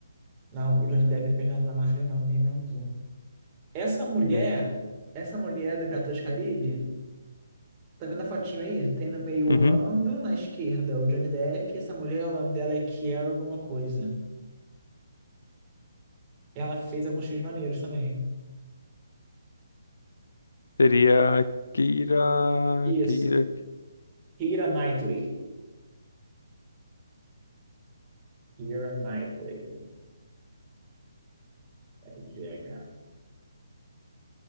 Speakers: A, on the right; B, on the left.
A: Não, o Johnny Depp não fez nada na Marvel, não, nem o Orlando Bloom. Essa mulher,
B: É.
A: essa mulher do Piratas do Caribe, tá vendo a fotinho aí? Tem no meio
B: Uhum.
A: Orlando, na esquerda o Johnny Depp, e essa mulher, o nome dela é Kiera alguma coisa. Ela fez alguns filmes maneiros também.
B: Seria Keira.
A: Isso.
B: Keira.
A: Keira Knightley. Keira Knightley. N-G-H.